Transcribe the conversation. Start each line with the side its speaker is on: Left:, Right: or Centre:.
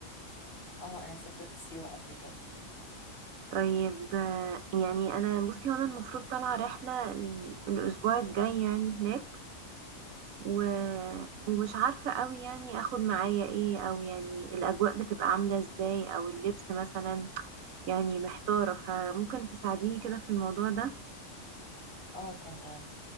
Left: اه انا سافرت سيوة قبل كده
Right: طيب آه، يعني انا بصي هو انا المفروض طالعه رحله ال- الاسبوع الجاي يعني هناك و... ومش عارفه قوي يعني اخد معايا ايه او يعني الاجواء بتبقى عامله ازاي او اللبس مثلا يعني محتاره فممكن تساعديني كده في الموضوع ده
Left: اه تمام